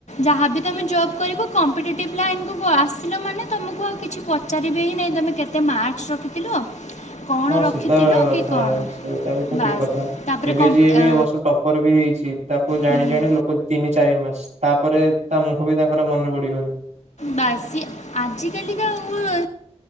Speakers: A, on the left; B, on the right.
A: ଯାହା ବି ତମେ ଜବ୍ କରିବ କମ୍ପିଟେଟିଭ୍ ଲାଇନ୍ କୁ ଆସିଲ ମାନେ ତମକୁ ଆଉ କିଛି ପଚାରିବେ ହିଁ ନାହିଁ ତମେ କେତେ ମାର୍କ ରଖିଥିଲ? କ'ଣ
B: ହଁ
A: ରଖିଥିଲ
B: ସୀତା ଗୋଟେ କଥା।
A: କି କ'ଣ
B: ସେଇଟା ବି ତ
A: ବାସ୍
B: ଠିକ୍ କଥା।
A: ତା'ପରେ
B: ଏବେ
A: କମ୍ପ
B: ଜିଏ ବି
A: ଅ,
B: ଏ ବର୍ଷ ଟପର୍ ବି ହେଇଛି ତାକୁ ଜାଣି
A: ହୁଁ,
B: ଜାଣି ଲୋକ ତିନି ଚାରି ମାସ ତାପରେ ତା ମୁହଁ ବି ତାଙ୍କର ମନେ ପଡିବନି।
A: ବାସି ଆଜି କାଲି କା ଆଉ